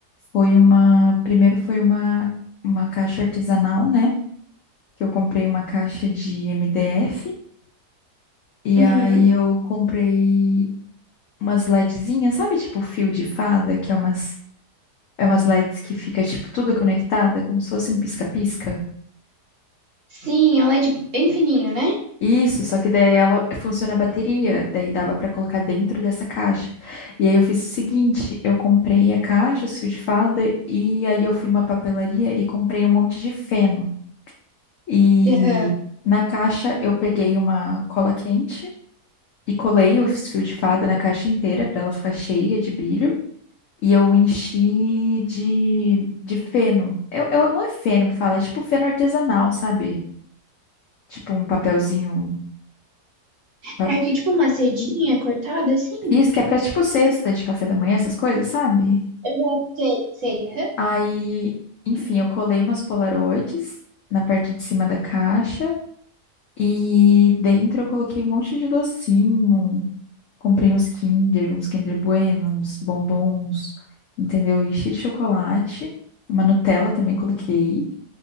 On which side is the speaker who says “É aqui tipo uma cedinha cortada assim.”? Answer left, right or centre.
Right